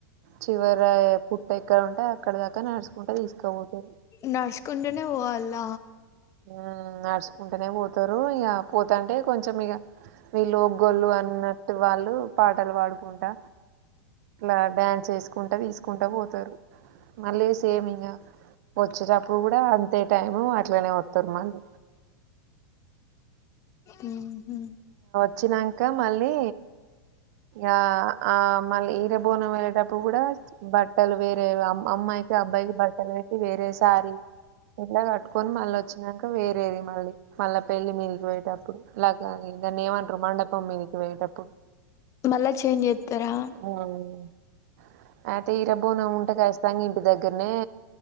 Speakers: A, on the right; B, on the left.
A: చివర పు. ఇక్కడ ఉంటే అక్కడ. నడుచుకుంటా తీసుకపోతారు
B: నడుచుకుంటేనే పోవాల.
A: హా నడుచుకుంటేనే పోతారు. ఇగ పోతుంటే కొంచం ఇగ. వాళ్ళు పాటలు ఓ గోళ్ళు అన్నట్టు వాళ్ళు పాటలు పాడుకుంటా ఇలా డ్యాన్స్ చేసుకు. తీసుకుంటా తీసుకుంటా పోతారు. మళ్ళీ సేమ్ ఇంకా వచ్చేటప్పుడు కూడా అంతే టైం అట్లానే ఉ. తర్మాలు.
B: ఉహ్ ఉహ్
A: వచ్చినాక మళ్ళీ. ఆహా. ఆ మళ్ళీ ఈరబోనం వెళ్ళేటప్పుడు కూడా బట్టలు వేరే. అమ్మాయికి అబ్బాయికి బట్టలు పెట్టి వేరే. సారీ ఇట్లా కట్టుకొని మళ్ళీ వచ్చినాక వేరేది మళ్ళీ మళ్ళా పెళ్లి మీదికి పోయేటప్పుడు లా. కానీ దాన్ని ఏమంటారు మండపం మీదికి వెయేటప్పుడు.
B: మళ్ళా ఛేంజ్ చేతారా.
A: ఉమ్. అయితే ఈరబోన ఉంటే ఖచ్చితంగా ఇంటి దగ్గరనే